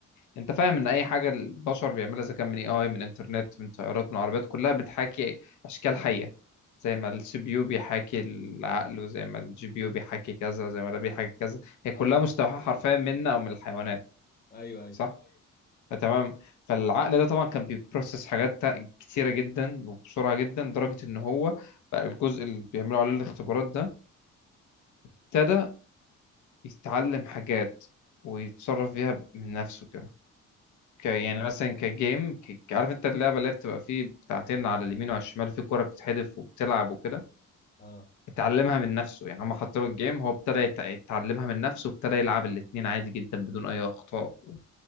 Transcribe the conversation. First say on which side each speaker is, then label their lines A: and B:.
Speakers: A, on the left; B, on the left.
A: انت فاهم ان اي حاجه البشر بيعملها اذا كان من اي اي من انترنت من طيارات من عربيات كلها بتحاكي اشكال حيه زي ما السي بي يو بيحاكي العقل وزي ما الجي بي يو بيحاكي كذا وزي ما ده بيحاكي كذا هي كلها
B: اه
A: مستوحاه حرفيا منا او من الحيوانات
B: ايوه ايوه
A: صح آه، تمام فالعقل ده طبعا كان بيبروسس حاجات تا- كتيره جدا وبسرعه جدا لدرجه ان هو بقى الجزء اللي بيعملوا عليه الاختبارات ده ابتدى يتعلم حاجات ويتصرف فيها من نفسه كده ك يعني
B: واو
A: مثلا كجيم ك- عارف انت اللعبه اللي هي بتبقى فيه بتاعتين على اليمين وعلى الشمال في كوره بتتحدف وبتلعب وكده
B: اه
A: اتعلمها من نفسه يعني هم حطوا له الجيم هو ابتدى يت- يتعلمها من نفسه وابتدى يلعب الاتنين عادي جدا بدون اي اخطاء و-